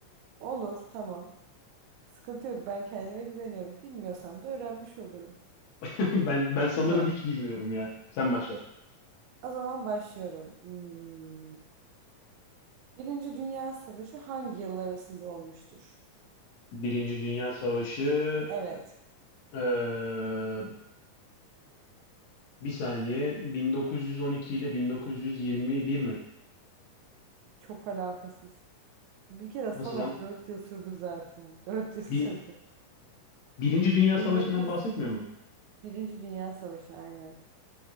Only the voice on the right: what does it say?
Olur tamam. Sıkıntı yok ben kendime güveniyorum. Bilmiyorsam da öğrenmiş olurum.
Şimdi
o zaman başlıyorum. Hmm. Birinci Dünya Savaşı hangi yıllar arasında olmuştur?
Evet
çok alakasız. Bir kere savaş
4 yıl sürdü zaten. <laughs> 4 yıl sürdü.
1900
Birinci Dünya Savaşı aynen.